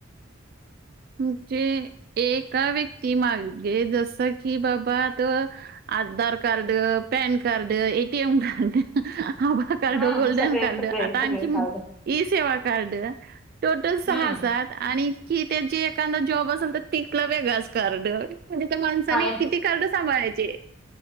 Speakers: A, on the right; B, in the centre.
A: म्हणजे एका व्यक्ती मागे जसं की बाबा आता Aadhaar card, PAN card, A T M card Aadhaar card,
B: हम्म
A: गोल्डन
B: सगळे
A: कार्ड
B: सगळे
A: आता
B: सगळे
A: आणखी
B: card
A: e Seva card. Total सहा
B: हम्म
A: हजार. आणि की त्यांचे एखादा जॉब असेल तर तिकलं वेगळंच कार्ड. म्हणजे त्या माणसाने
B: हा
A: किती कार्ड सांभाळायचे?